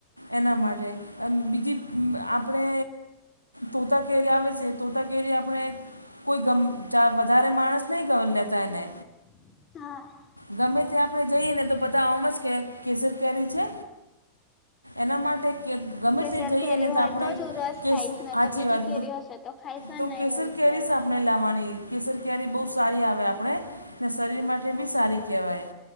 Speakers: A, on the right (about 90°); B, on the left (about 25°).
A: એના માટે અન બીજી આપડે તુતા કેરી આવેશે, તુતા કેરી આપણે કોઈ ગમ ચાર વધારે માણસ નહી ગન લેતા એને
B: હા
A: ગમે ત્યાં આપડે જઈએ ને તો બધા આમ જ કેય કેસર કેરી છે એના માટે કે ગમે
B: કેસર
A: તે જઈએ
B: કેરી
A: ને
B: હોય
A: તો આપણે
B: જ હું રસ
A: કેસ
B: ખાઈશ ને
A: હાચી
B: તો બીજી
A: વાત
B: કેરી હશે તો ખાઈશ જ
A: તો
B: નહી
A: કેસર
B: એવું
A: કેરી
B: કહેવાય.
A: સા આપણે લાવાની કેસર કરી બહુ સારી આવે આપડે ને શરીર માટે બી સારી કહેવાય